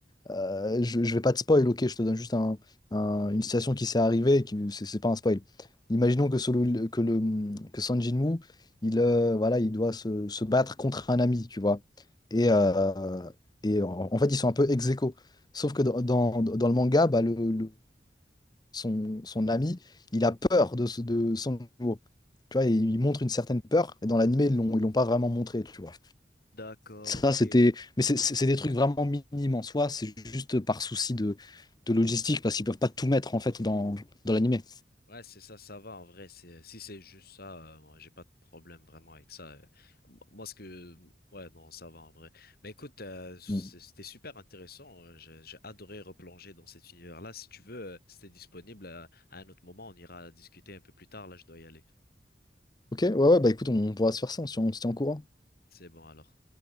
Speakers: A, on the left; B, on the left.
A: Euh, je, je vais pas te spoil, ok, je te donne juste un- un- une situation qui s'est arrivée, et qui, c'est c'est pas un spoil. Imaginons que, Solo- que, le, que Son Jinwoo, il, euh, voilà, il doit se, se battre contre un ami, tu vois. Et, euh, et en, en fait, ils sont un peu ex aequo. Sauf que dans, dans, dans le manga, bah, le, le- son, son ami, il a peur de, ce- de Son Jinwoo. Tu vois, il montre une certaine peur, et dans l'anime, ils l'ont, ils l'ont pas vraiment montré, tu vois.
B: D'accord,
A: Ça,
B: ok.
A: c'était. Mais c'est c'est- c'est des trucs vraiment minimes en soi. C'est juste par souci de, de logistique, parce qu'ils peuvent pas tout mettre en fait dans, dans l'animé.
B: Ouais, c'est ça, ça va en vrai. C'est si c'est juste ça, euh, moi, j'ai pas de problème vraiment avec ça. euh. Moi, ce que ouais, non, ça va en vrai. Mais écoute, euh, c'est-
A: Mm.
B: c'était super intéressant. euh, J'ai j'ai adoré replonger dans cet univers-là. Si tu veux, euh, si t'es disponible euh, à un autre moment, on ira discuter un peu plus tard. Là, je dois y aller.
A: Ok, ouais, ouais, bah écoute, on pourra se faire ça, on se tient on se tient au courant.
B: C'est bon alors.